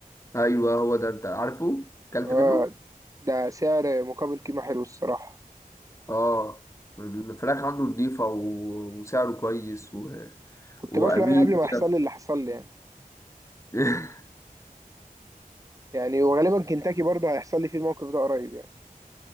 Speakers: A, on the left; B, on the right.
A: ايوه هو ده انت عارفه اكلت
B: اه
A: منه
B: ده سعر مقابل قيمة حلو الصراحة
A: اه الفراخ عنده نضيفة و... وسعره كويس و...
B: كنت
A: وامين
B: باكله يعني قبل ما
A: كده
B: يحصل لي اللي حصل لي يعني
A: <laughs>
B: يعني وغالبا كنتاكي برضه هيحصل لي فيه الموقف ده قريب يعني